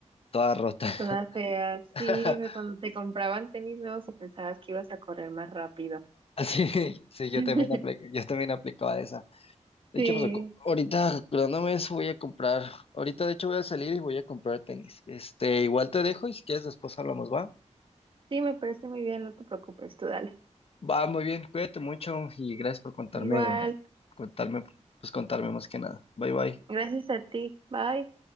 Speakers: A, on the left (about 50°); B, on the right (about 45°).
A: toda rota.
B: Toda fea.
A: <laughs>
B: Sí, ve cuando te compraban tenis nuevos y pensabas que ibas a correr más rápido.
A: Así, sí, yo
B: <laughs>
A: también aplica, yo también aplicaba esa. De
B: Sí,
A: hecho, pues ac- ahorita acordándome de eso voy a comprar. Ahorita, de hecho, voy a salir y voy a comprar tenis. Este, igual te dejo y si quieres después hablamos, ¿va?
B: sí, me parece muy bien, no te preocupes, tú dale.
A: Va, muy bien, cuídate mucho y gracias por contarme,
B: Igual,
A: contarme, pues contarme más que nada. Bye, bye.
B: gracias a ti. Bye.